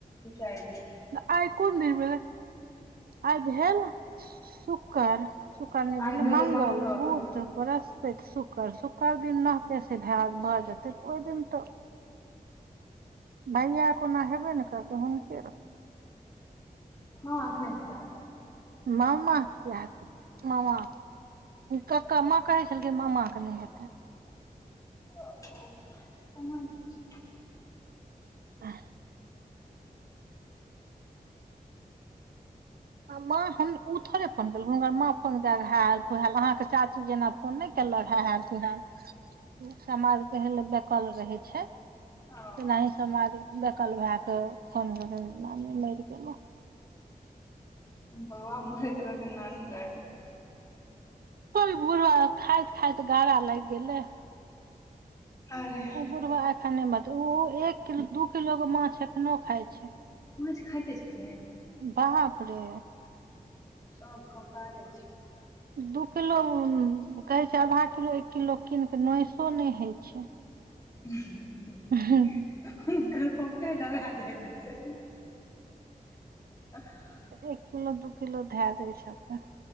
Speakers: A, on the left (about 20°); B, on the right (about 80°).
A: चारि दिन
B: आय कोन दिन भेल आय भेल शुक्कर शुक्र नै
A: आइ
B: भेलै मङंग
A: मंगल
B: बुध बृहस्पति शुक्र शुक्र दिन नहकेस भे भजेतै त ओहि दिन त भैया कोना हेबे ने करतै हुनके रो
A: ह आग नहि हेतै
B: मामा किया हेतै मामा ककका माँ कहै छलखिन मामा के नहि हेतै
A: ओ ओ हेन कि छै
B: ह माँ हम उ थोेरे फोन केलक हुनकर माँ फोन क हल फ अहाँके चाची जेना फोन नहि केलक है ह तू हैल समाद केहला बेकल रहे छै तनाहि
A: हँ
B: समाज बेकल भए फोन करी मरि गेलहुँ
A: बाबा मरैत रहथिन नानी जा
B: ओइ बुढ़बा के खाइत खाइत गारा लागि गेलै
A: अरे
B: ओ बुढ़बा एखन नै मरतय ओ एक किलो दू किलोके माछ एखनोहु खाइ छै
A: माछ खाइते छथिन
B: बाप रे
A: सभ खौकारे छै
B: दू किलो कहैत छै आधा किलो एक किलो कीन कऽ नैसो नहि होइत छै
A: <unintelligible>
B: हं
A: कालि पप्पे दबा जायत <unintelligible>
B: एक किलो दू किलो धए दै छथिन